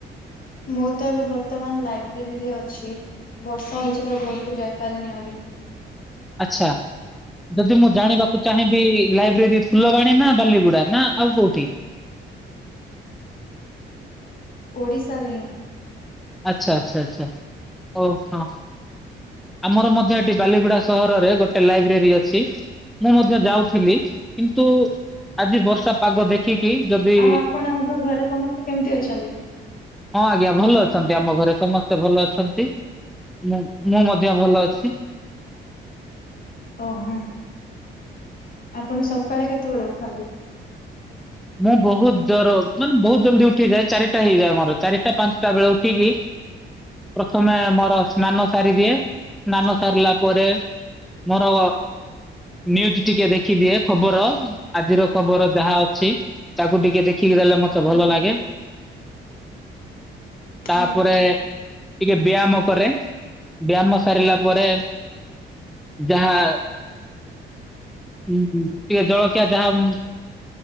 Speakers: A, on the left; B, in the centre.
A: ମୁଁ ତ ଏବେ ବର୍ତ୍ତମାନ ଲାଇବ୍ରେରୀରେ ଅଛି। ବର୍ଷା ହଉଚି ତ ଘରକୁ ଯାଇପାରିନି ଆହୁରି।
B: ଆଛା ଯଦି ମୁଁ ଜାଣିବାକୁ ଚାହିଁବି ଲାଇବ୍ରେରୀ ଫୁଲବାଣୀ ନା ବାଲିଗୁଡା ନା ଆଉ କୋଉଠି।
A: ଓଡ଼ିଶାରେଁ ହିଁ।
B: ଆଚ୍ଛା ଆଚ୍ଛା ଆଛା ଓ ହୋ। ଆମର ମଧ୍ୟ ଏଠି ବାଲିଗୁଡା ସହରରେ ଗୋଟେ ଲାଇବ୍ରେରୀ ଅଛି। ମୁଁ ମଧ୍ୟ ଯାଉଥିଲି କିନ୍ତୁ ଆଜି ବର୍ଷା ପାଗ ଦେଖିକି ଯଦି
A: ଆଉ ଆପଣଙ୍କ ଘରେ ସମସ୍ତେ କେମିତି ଅଛନ୍ତି।
B: ହଁ ଆଜ୍ଞା ଭଲ ଅଛନ୍ତି ଆମ ଘରେ ସମସ୍ତେ ଭଲ ଅଛନ୍ତି ମୁଁ ମୁଁ ମ ଧ୍ୟ ଭଲ ଅଛି।
A: ଓହୋ ଆପଣ ସକାଳେ କେତେବେଳେ ଉଠନ୍ତି।
B: ହ <inaudible> ମୁଁ ବହୁତ ଜର ମାନେ ବହୁତ ଜଲଦି ଉଠିଯାଏ ଚାରିଟା ହେଇଯାଏ ମୋର ଚାରିଟା ପାଞ୍ଚଟା ବେଳେ ଉଠିକି ପ୍ରଥମେ ମୋର ସ୍ନାନ ସାରିଦିଏ ସ୍ନାନ ସାରିଲା ପରେ ମୋର ନିଉଜି ଟିକେ ଦେଖିଦିଏ ଖବର ଆଜିର ଖବର ଯାହା ଅଛି ତାକୁ ଟିକେ ଦେଖିକି ଦେଲେ ମ
A: ହୁଁ
B: ଭଲ ଲାଗେ। ତାପରେ
A: ହୁଁ
B: ଟିକେ ବ୍ୟାୟାମ କରେ ବ୍ୟାୟାମ ସାରିଲା ପରେ ଯାହା ହୁଁ ଟିକେ ଜଳଖିଆ ଯାହା ଉଁ